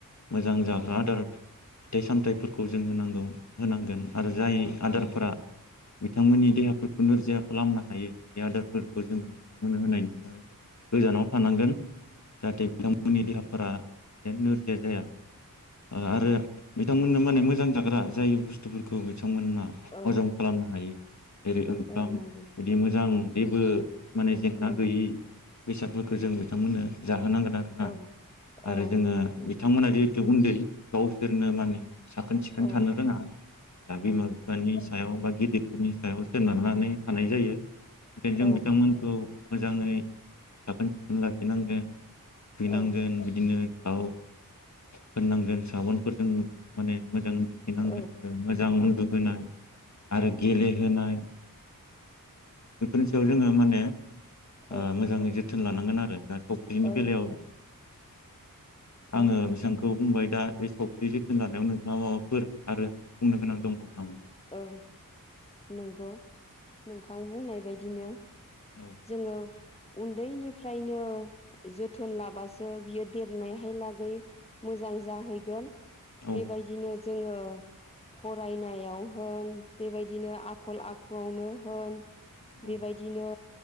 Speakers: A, on the left (about 55°); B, on the left (about 15°).
A: मोजां जाग्रा आदार फिथाइ- सामथाइफोरखौ जों होनांगौ होनांगोन आरो जाय आदार ब्रा बिथांमोननि देहाफोरखौ नोरजिया खालामनो हायो बे आदारफोरखौ जोंङो बिथांमोननो होनाय फ्राय गोजानाव थानांगोन
B: औ
A: बिथांमोननि
B: औ
A: गे <unintelligible> फोरा ए नोरजिया जाया आ आरो बिथांमोन नो माने मोजां जाग्रा जाय बुस्थुफोरखौ बिथ थांमोनना
B: औ
A: हजम खालामनो हायो एरै ओंखाम
B: औ नंगौ
A: बिदि मोजां जेबो माने जेंना
B: औ
A: गैयि बेसादफोरखौ जों बिथांमोननो जाहोनांगोन आरोना
B: औ
A: आरो
B: औ
A: जोंङो
B: नंगौ
A: बिथांमोना दिहुदो गावसोरनो माने साखोन सिखोन
B: औ
A: थानो रोङा दा बिमा बिफानि सायाव बा गिदिरफोरनि सायाव सोनारनानै थानाय जायो। ओंखायनो जों
B: औ
A: बिथांमोनखौ
B: औ
A: मोजाङै साखोन सिखोन लाखिनांगोन। हैनांगोन
B: औ
A: बिदिनो थाव फोननांगोन साबनफोरजों माने मोजां थुखैनांगोन
B: औ
A: आरो मोजां उन्दुहोनाय आरो गेलेहोनाय बेफोरनि सायाव जोङो माने ओ
B: औ
A: मोजाङै जो थोन लानांगोन आरो ना? बिनि
B: औ
A: बेलायाव
B: औ
A: आङो बेसांखौ बुंबाय। दा बे सावस्रि जोथोन लानायाव नोंथाङा माबाफोर आरो बुंनो गोनां दंबावो नामा?
B: औ नंगौ नोंथां बुंनाय बायदिनो
A: औ
B: जोङो उन्दैनिफ्रायनो जोथोन लाबासो बियो देरनायहाय लागै मोजां जाहैगोन
A: औ
B: बेबायदिनो जोङो फरायनायाव होन बेबायदिनो आखल आखुआवनो होन
A: औ
B: बेबायदिनो